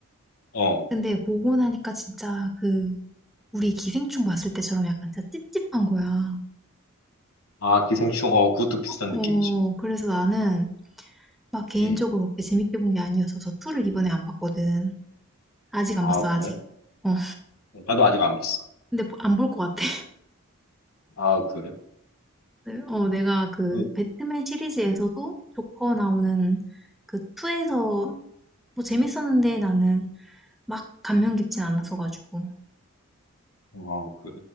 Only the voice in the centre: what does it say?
근데 보고 나니까 진짜 그 우리 기생충 봤을 때처럼 약간 진짜 찝찝한 거야.
어, 어,
그래서 나는 막 개인적으로
그렇게 재밌게 본 게 아니었어서 2를 이번에 안 봤거든. 아직
안 봤어, 아직.
어,
근데 안 볼 것 같아.
네, 어, 내가 그
배트맨 시리즈에서도 조커 나오는 그 2에서 뭐 재밌었는데 나는 막 감명 깊진 않았어가지고.